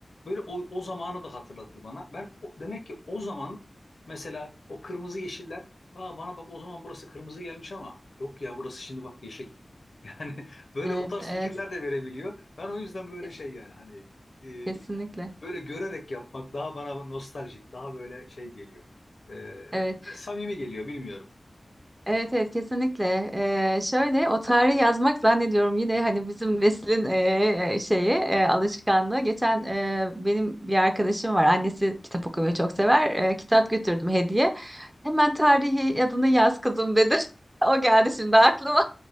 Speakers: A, on the left; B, on the right.
A: Böyle o, o zamanı da hatırlatır bana. Ben o- demek ki o zaman mesela o kırmızı yeşiller ha bana bak o zaman burası kırmızı gelmiş ama yok ya burası şimdi bak yeşil. <laughs> Yani böyle
B: evet,
A: o tarz fikirler de verebiliyor. Ben o yüzden böyle
B: evet.
A: şey yani hani e,
B: Kesinlikle.
A: Böyle görerek yapmak daha bana nostaljik, daha böyle şey geliyor. Ee,
B: Evet.
A: samimi geliyor, bilmiyorum.
B: Evet evet kesinlikle. Ee, şöyle o tarihi yazmak zannediyorum yine hani bizim neslin e, şeyi e, alışkanlığı. Geçen e, benim bir arkadaşım var. Annesi kitap okumayı çok sever. E, kitap götürdüm hediye. Hemen tarihi adını yaz kızım dedi. <laughs> O geldi şimdi aklıma.